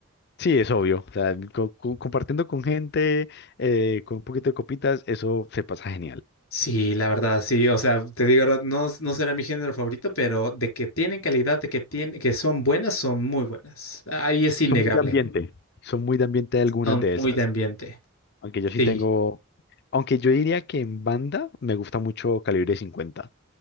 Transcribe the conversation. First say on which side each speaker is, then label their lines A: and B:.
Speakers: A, on the left (about 50°); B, on the left (about 80°).
A: Sí, es obvio. O sea, co- co- compartiendo con gente, eh, con un poquito de copitas, eso se pasa genial.
B: Sí, la verdad, sí. O sea, te digo, ahora, no, no será mi género favorito, pero de que tienen calidad, de que tienen, que son buenas, son muy buenas. Ahí es innegable.
A: Son muy de ambiente. Son muy de ambiente algunas
B: Son
A: de
B: muy
A: esas.
B: de ambiente.
A: Aunque yo sí
B: Sí,
A: tengo, aunque yo diría que en banda me gusta mucho Calibre cincuenta